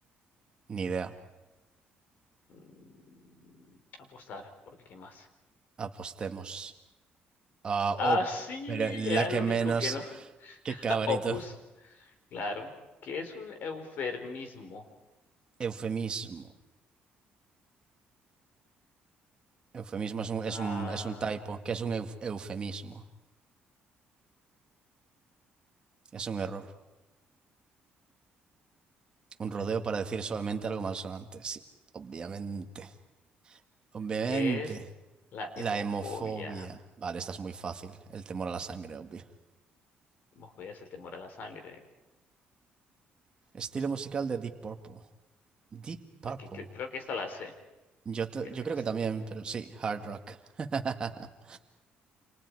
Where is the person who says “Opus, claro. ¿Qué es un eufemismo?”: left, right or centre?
Left